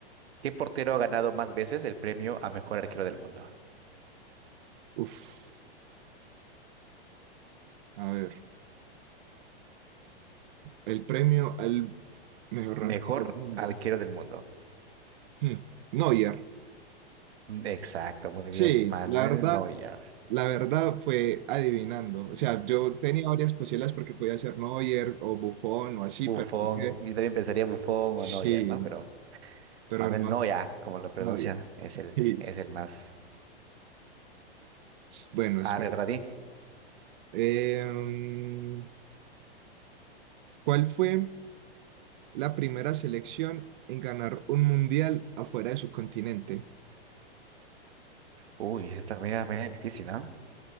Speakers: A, on the right (about 80°); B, on the right (about 50°).
A: ¿Qué portero ha ganado más veces el premio a mejor arquero del mundo?
B: Uf, a ver. El premio al mejor
A: Mejor
B: arco del mundo.
A: arquero del mundo.
B: Hmm, Neuer.
A: Mm, Exacto, muy
B: Sí,
A: bien. Manuel
B: la verdad,
A: Neuer.
B: la verdad fue adivinando. O sea, yo tenía varias posibilidades porque podía ser Neuer o Buffon o así,
A: Buffon.
B: pero dije,
A: Yo también pensaría Buffon
B: sí,
A: o Neuer, ¿no? Pero
B: pero
A: Manuel
B: no,
A: Neuer, como lo pronuncian,
B: no había.
A: es el,
B: Sí.
A: es el más.
B: Bueno, espera.
A: Ah, detrás de ti.
B: Em, ¿cuál fue la primera selección en ganar un mundial afuera de su continente?
A: Uy, esta media, media difícil, ¿no?